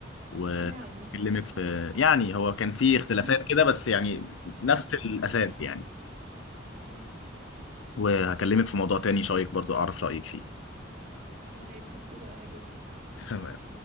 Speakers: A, on the left; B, on the right.
A: واكلمك
B: يعني
A: في يعني هو كان في اختلافات
B: <laughs>
A: كده بس يعني نفس الاساس يعني
B: مم.
A: وهكلمك في موضوع تاني شايك برضو اعرف رايك فيه
B: ماشي اتفقنا جدا
A: <laughs> تمام